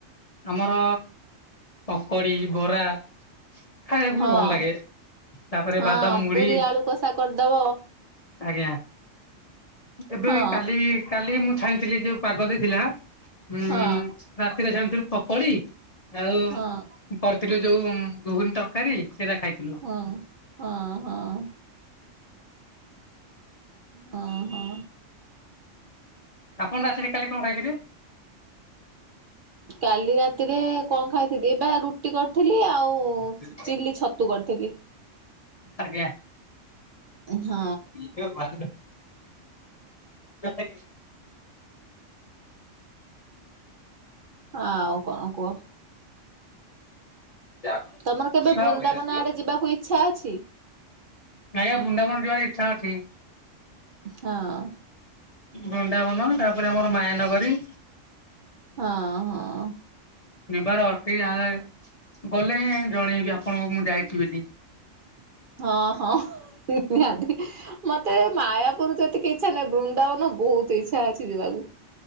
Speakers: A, on the left; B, on the right.
A: ଆମର ପକଡି ବରା। ଖାଇବାକୁ
B: ହଁ
A: ବି ଭଲ ଲାଗେ। ତାପରେ
B: ହଁ
A: ବାଦାମ ମୁଢି
B: ପୁରୀ ଆଳୁ କଷା କରିଦବ
A: ଆଜ୍ଞା। ଏବେ
B: ହଁ
A: କାଲି କାଲି ମୁଁ ଛାଇଁଥିଲି ଯୋଉ ପାଗ ଦେଇଥିଲା। ହୁଁ
B: ହଁ
A: ରାତିରେ ଛାଣିଥିଲୁ ପକୋଡି ଆଉ
B: ହଁ
A: କରିଥିଲୁ ଯୋଉ ଘୁଗୁନି ତରକାରୀ ସେଇଟା ଖାଇଥିଲୁ।
B: ହଁ ହଁ ହଁ। ହଁ ହଁ।
A: ଆପଣ ରାତିରେ କାଲି କଣ ଖାଇଥିଲେ?
B: କାଲି ରାତିରେ କଣ ଖାଇଥିଲି ଏପା ରୁଟି କରିଥିଲି ଆଉ
A: ଆଜ୍ଞା।
B: ଚିଲି ଛତ ତୁ କରିଥିଲି।
A: ଆଜ୍ଞା।
B: ହଁ।
A: <inaudible> ସେ
B: ହଁ ଆଉ କଣ କୁହ?
A: ଆଜ୍ଞା
B: ତମର କେବେ ବୃନ୍ଦାବନ ଆଡେ ଯିବାକୁ ଇଚ୍ଛା ଅଛି?
A: ନାଇଁ ବୃନ୍ଦାବନ ଯିବାର ଇଚ୍ଛା ଅଛି।
B: ହଁ।
A: ବୃନ୍ଦାବନ ତାପରେ ଆମର ମାୟାନଗରୀ।
B: ହଁ ହଁ।
A: ଯିବାର ଅଛିି ଯାହା ହେଲେ ଗଲେ ଜଣେଇବି ଆପଣଙ୍କୁ ମୁଁ ଯାଇଛି ବୋଲି।
B: ହଁ ହଁ ନିହାତି ମତେ ମାୟାପୁର ଯେତିକି ଇଛା ନାଇଁ ବୃନ୍ଦାବନ ବହୁତ ଇଛା ଅଛି ଯିବାକୁ